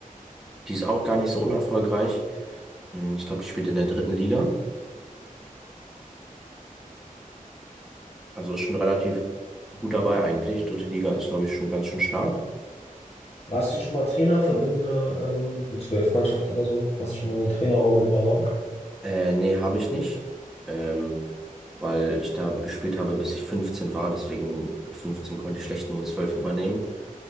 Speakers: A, in the centre; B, on the left.
A: die ist auch gar nicht so unerfolgreich. Mm, Ich glaube, die spielt in der dritten Liga. Also ist schon relativ gut dabei eigentlich. Dritte Liga ist, glaube ich, schon ganz schön stark.
B: Warst du schon mal Trainer von irgendeiner ähm, U12-Mannschaft oder so? Hast du schon mal eine Trainerrolle übernommen?
A: Äh, nee, habe ich nicht. Ähm, weil ich da gespielt habe, bis ich 15 war. Deswegen mit 15 konnte ich schlecht eine U12 übernehmen.